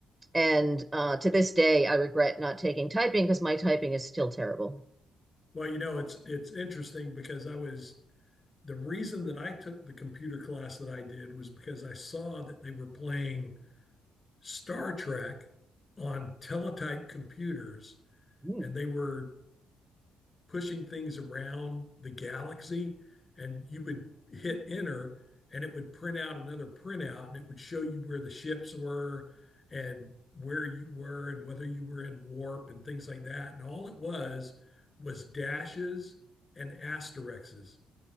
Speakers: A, in the centre; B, on the left.
A: And uh, to this day, I regret not taking typing because my typing is still terrible.
B: Well, you know, it's it's interesting because I was the reason that I took the computer class that I did was because I saw that they were playing Star Trek on teletype computers
A: Ooh,
B: and they were pushing things around the galaxy and you would hit enter and it would print out another printout and it would show you where the ships were and where you were and whether you were in warp and things like that and all it was was dashes and asterisks